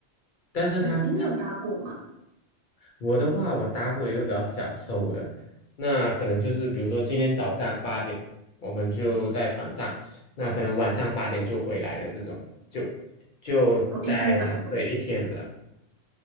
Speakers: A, on the left; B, on the right.
A: 但是他他
B: 哦，诶，你有搭过吗？
A: 我的话，我搭过一个比较小艘的，那可能就是比如说今天早上八点我们就在船上，那可能晚上八点就回来的这种，就就在对一天的
B: 哦，一天来回。